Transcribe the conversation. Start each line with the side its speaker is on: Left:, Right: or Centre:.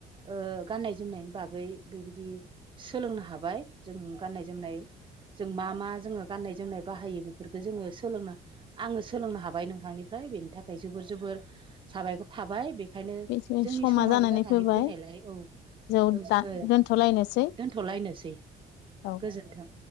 Right: ओ गाननाय-जोमनायनि बागै बेबायदि सोलोंनो हाबाय जों गाननाय जोमनाय जों मा मा जोङो गाननाय जोमनाय बाहायो बेफोरफोरखौ जोङो सोलोंनो आङो सोलोंनो हाबाय नोंथांनि फ्राय बेनि थाखाय जोबोर जोबोर साबायखर थाबाय। बे खायनो
Left: बे
Right: जोंनि
Left: समा
Right: समाबो जानानै
Left: फैबाय
Right: फैनायलाय औ
Left: जौ
Right: जोङो
Left: दा दोनथ'लायनोसै
Right: दोनथ'लायनोसै
Left: औ
Right: गोजोन्थों।